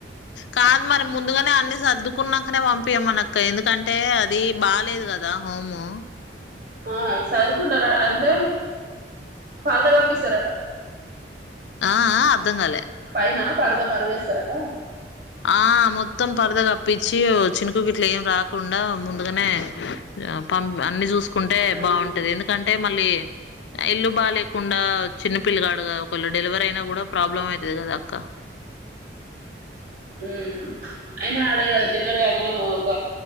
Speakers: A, on the left (about 80°); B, on the right (about 50°).
A: కాదు మరి ముందుగనే అన్ని సర్దుకున్నాకనే పంపియ మను అక్క ఎందుకంటే అది బాలేదు కదా దా హము
B: ఆ సదుకుంటార అంటే ఫాదర్ ఆఫీసారట
A: ఆ ఆ అర్ధం కాలే
B: పైన పరదా పరదే ఎస్తారట
A: ఆ మొత్తం పరదగా అప్పించి చినుకు ఇట్లు ఏం రాకుండా ముందుగానే పంప్ అన్ని చూసుకుంటే
B: మ్మ్
A: బాగుంటది ఎందుకంటే మళ్ళీ ఇల్లు బాలేకుండా చిన్న పిల్లు కాడు కదా ఒకళు డెలివరీ అయినా కూడా ప్రాబ్లం అవుతుంది కదా అక్క
B: హ అయినా ఆడ డెలివర కాగానే ఒక